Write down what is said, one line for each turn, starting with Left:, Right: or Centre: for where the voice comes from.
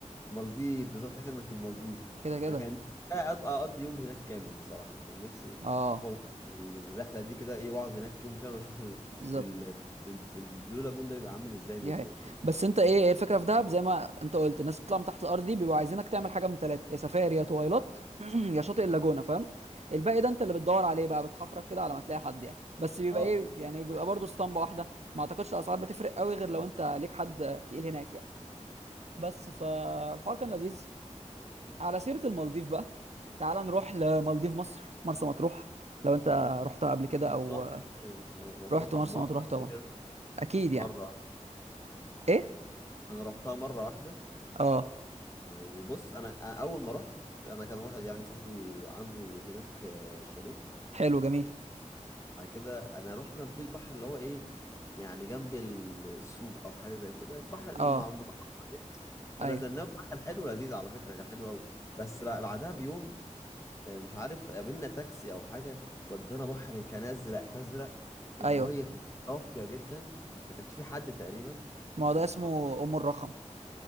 Left: مالديف بالظبط تحس انك في المالديف
Right: كده كده
Left: كان نفسي بقى أق- اقضي يوم هناك كامل بصراحه يعني كان نفسي
Right: اه
Left: اخد الرحله دي كده ايه واقعد هناك يوم كامل واشوف ال...
Right: بالظبط
Left: ال... ال- البلو لاجون ده بيبقى عامل ازاي بالليل
Right: دي هي
Left: كان
Right: بس انت ايه هي الفكره في دهب زي ما انت قلت الناس بتطلع من تحت الارض دي بيبقوا عايزينك تعمل حاجه من ثلاثه يا سفاري يا تويلات <clears throat> يا شاطئ اللاجونه فاهم الباقي ده انت اللي بتدور عليه بقى بتحفرك كده على ما تلاقي حد يعني بس بيبقى
Left: اه
Right: ايه يعني بيبقى برضه اسطمبه واحده ما اعتقدش الاسعار بتفرق قوي غير لو انت ليك حد تقيل هناك يعني بس فالحوار كان لذيذ على سيره المالديف بقى تعال نروح لمالديف مصر مرسى مطروح لو انت رحتها قبل كده او
Left: مطروح مطروح
Right: رحت مرسى
Left: بمره
Right: مطروح
Left: قبل
Right: طبعا
Left: كده
Right: اكيد
Left: مره
Right: يعني ايه
Left: انا رحتها مره واحده
Right: اه
Left: وبص انا أنا اول ما رحت انا كان واحد يعني صاحبي عنده هناك آه، شاليه
Right: حلو جميل
Left: بعد كده انا رحنا في البحر اللي هو ايه يعني جنب ال- السوق او حاجه زي كده البحر المع-
Right: اه
Left: المتعارف عليه فنزلناه
Right: ايوه
Left: بقى كان حلو لذيذ على فكره كان حلو قوي بس بقى بعدها بيوم آه، مش عارف قابلنا تاكسي او حاجه ودانا بحر كان ازرق فازرق الميه
Right: ايوه
Left: كانت صافيه جدا ما كانش في حد تقريبا
Right: ما
Left: ما
Right: هو
Left: كانش
Right: ده اسمه
Left: حد-
Right: ام الرخم